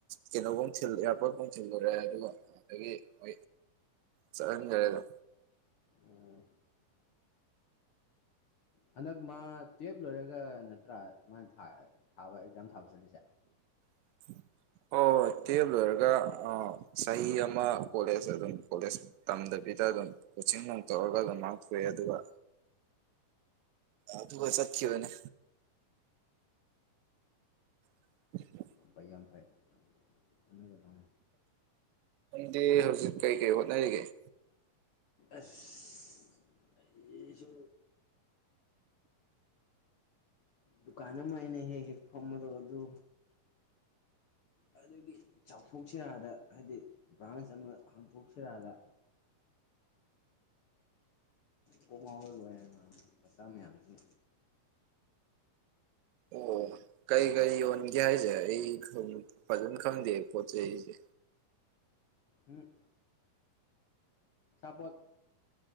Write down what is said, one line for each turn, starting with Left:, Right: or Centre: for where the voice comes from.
Right: ꯀꯩꯅꯣꯐꯥꯎ ꯊꯤꯜ ꯏꯌꯥꯔꯄꯣꯔꯠꯐꯥꯎ ꯊꯤꯜꯂꯨꯔꯦ ꯑꯗꯨꯒ ꯑ ꯆꯍꯟꯒꯔꯦꯗ
Left: ꯑꯣ ꯍꯟꯗꯛ ꯃꯥ ꯇꯨꯌꯦꯞ ꯂꯣꯏꯔꯒ ꯅꯠꯇ꯭ꯔꯥ ꯃꯥꯅ ꯊꯥꯕ ꯑꯦꯛꯖꯥꯝ ꯊꯥꯕ ꯆꯠꯂꯤꯁꯦ
Right: <inaudible> ꯑꯣ ꯍꯣꯏ ꯇꯨꯌꯦꯞ ꯂꯣꯏꯔꯒ ꯆꯍꯤ ꯑꯃ ꯀꯣꯂꯦꯖ ꯑꯗꯨꯝ ꯀꯣꯂꯦꯖ ꯇꯝꯗꯕꯤ ꯁꯤꯗ ꯑꯗꯨꯝ ꯀꯣꯆꯤꯡ ꯅꯨꯡ ꯇꯧꯔꯒ ꯑꯗꯨꯝ ꯉꯥꯛꯊꯣꯛꯑꯏ ꯑꯗꯨꯒ ꯑꯗꯨꯒ ꯆꯠꯈꯤꯕꯅꯦ <inaudible>
Left: ꯑꯝꯐꯩ ꯑꯝꯐꯩ ꯎꯅꯒꯗ
Right: ꯗꯤ ꯍꯧꯖꯤꯛ ꯀꯩ ꯀꯩ ꯍꯅꯔꯦ ꯀꯩ
Left: ꯑꯁ ꯑꯩꯁꯨꯁꯨ ꯗꯨꯀꯥꯟ ꯑꯃ ꯑꯩꯅ ꯍꯦꯛ ꯍꯦꯛ ꯐꯝꯕꯗꯣ ꯑꯗꯨ ꯑꯗꯨꯗꯒꯤ ꯆꯥꯎꯊꯣꯛꯁꯤꯔꯥꯗ ꯍꯥꯏꯕꯗꯤ ꯕ꯭ꯔꯥꯟꯁ ꯑꯃ ꯍꯥꯡꯇꯣꯛꯁꯤꯔꯥꯗ ꯈꯣꯡ ꯉꯥꯎꯔ ꯂꯣꯏꯔ ꯃꯆꯥ ꯃꯌꯥꯝꯁꯤ
Right: ꯑꯣ ꯀꯔꯤ ꯀꯔꯤ ꯌꯣꯟꯒꯦ ꯍꯥꯏꯁꯦ ꯑꯩ ꯐꯖꯅ ꯈꯪꯗꯦ ꯄꯣꯠ ꯆꯩ ꯑꯩꯁꯦ
Left: ꯎꯝ ꯆꯄꯠ